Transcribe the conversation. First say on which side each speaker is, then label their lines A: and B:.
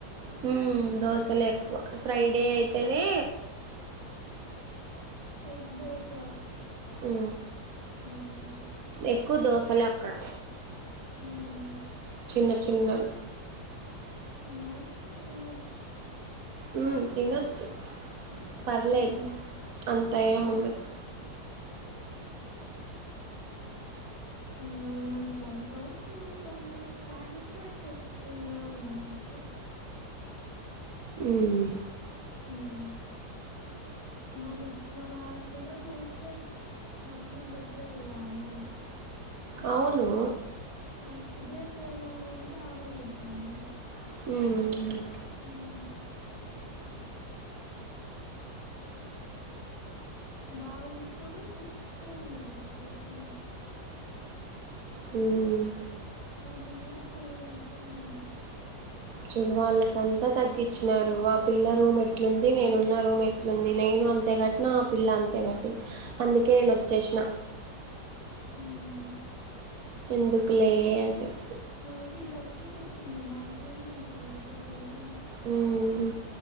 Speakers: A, on the right; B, on the right.
A: హ్మ్మ్ దోశలు ఎక్కువ ఫ్రైడే అయితేనే
B: ఎగ్ దోస
A: ఉ
B: మ్మ్
A: ఎక్కువ దోశలు అక్కడ
B: హ్మ్మ్
A: చిన్న చిన్న వి
B: మా తినొచ్చు
A: ఉ తినొచ్చు పర్లేదు
B: ఉమ్,
A: అంత
B: పర్లేదు
A: ఎం ఉండదు
B: ఆ మనకు అంత అవశరం లేదు సామీ సాటిస్ఫాక్షన్ తిన్నామ్ అన్నట్టు
A: మ్మ్
B: మ్మ్ మన మన హాస్టల్తో పొలిస్తే చాలా బెటరే కదా ఆ అమౌంట్ కి
A: అవును
B: అ ఇదే సేమ్ అమౌంట్ ఆడగడతాన్నామ్
A: ఉమ్
B: మ్మ్ బాగి కి కూడా సిక్స్ కే అంట కదా చెపింది
A: హ్మ్మ్
B: ఆ పిల్ల ఫై కడతుంది అంట
A: చూడు వాళ్ళకంతా తగ్గిచ్చినారు వా పిల్ల రూమ్ ఎట్లుంది నేనున్న రూమ్ ఎట్లుంది నేను అంతే గట్టిన ఆ పిల్ల అంత తే కట్టింది అందుకే నా చేష్ణ
B: మ్మ్
A: ఎందుకులే అని చెప్పి
B: నాకి బకి చెప్పింది బాగి అంత కడతుది అని
A: హ్మ్మ్